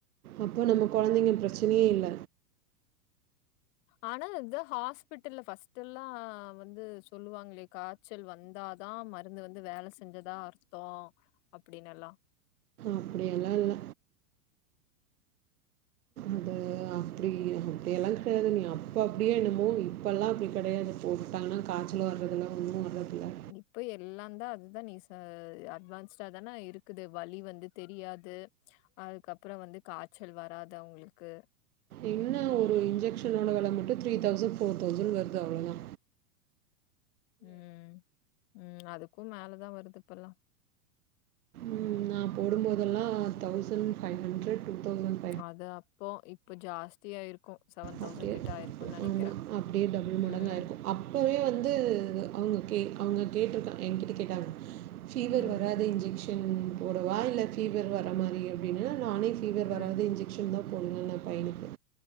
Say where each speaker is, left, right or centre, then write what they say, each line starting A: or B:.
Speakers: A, on the right; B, on the left.
A: அப்போ நம்ம கொழந்தைங்க பிரச்சனயே இல்ல
B: ஆனா இத ஹாஸ்பிட்டல்ல ஃபஸ்ட் எல்லாம் வந்து சொல்லுவாங்களேக்கா ச்சல் வந்தாதான் மருந்து வந்து வேல செஞ்சதா அர்த்தம் அப்படினு எல்லாம்
A: அப்படியெல்லாம் இல்ல அது அப்படி அப்படியெல்லாம் கடை அப்போ அப்டி என்னமோ இப்பல்லாம் அப்டி கடையாது போட்டுட்டாங்கன்னா காய்ச்சல் வரதில்ல ஒன்னும் வர்றதில்ல
B: இப்ப எல்லாம் தான் அதுதான் நீ சா அட்வான்ஸ்டா தான இருக்குது வலி வந்து தெரியாது அதுக்கப்பற வந்து காச்சல் வராதுவ்ங்ளுக்கு
A: இன்ன ஒரு இன்ஜெக்ஷனோட வெல மட்டு த்ரீ தௌசண் ஃபோர் தௌசண் வர்து அவ்ளோதா
B: ம் ம் அதுக்கு மேலதா வருது இப்பல்லா
A: ம் நா போடும்போதெல்லா thousand five hundred two thousand
B: அது அப்போ இப்ப ஜாஸ்தியா இருக்கு சவன் தௌஜண்
A: அப்படியே
B: கிட்ட ஆய்ருக்கு நெனக்கிறே
A: ஆமாம் அப்படியே டபுள் மடங்கு
B: உம்
A: ஆயிருக்கும் அப்போவே வந்து அவ்ங்க கே அவ்ங்க கேட்ருக்கா என்கிட்ட கேட்டாங் ஃபீவர்
B: ம்.
A: வராதே இன்ஜெக்ஷன் போடுவா இல்ல ஃபீவர் வர மாரி அப்டின்னு நானேஸ் ஃபீவர்
B: ம்.
A: வராத இன்ஜெக்ஷன் தா போட்னு ந பைய்னுக்கு